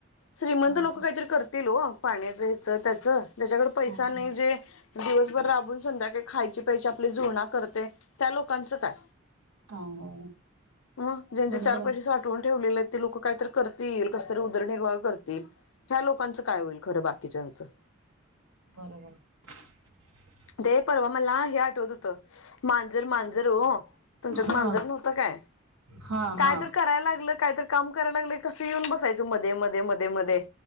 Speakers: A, on the left; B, on the right.
A: श्रीमंत
B: काय
A: लोकं
B: ते
A: काहीतरी करतील वो. पाण्याचं ह्याचं त्याचं <unintelligible> पैसा
B: हा
A: नाही
B: हा
A: जे <unintelligible> दिवसभर राबून संध्याकाळी खायची प्यायची आपली जुळणा करते. त्या लोकांचं काय?
B: काय हो
A: मग, ज्यांचे
B: बरोबर
A: चार
B: आहे
A: पैसे साठवून ठेवलेले आहेत. ते लोक काय तर करतील कसतरी उदरनिर्वाह करतील. ह्या लोकांच काय होईल? खरं बाकीच्याचं.
B: बरोबर <unintelligible>
A: दे परवा मला, हे आठवत होतं, मांजर, मांजर हो तुमच्यात
B: हा
A: मांजर नव्हत काय?
B: हा
A: काय
B: हा
A: तर करायला लागलं त काम करायला लागलं कस येऊन बसायचं मध्ये मध्ये मध्ये मध्ये.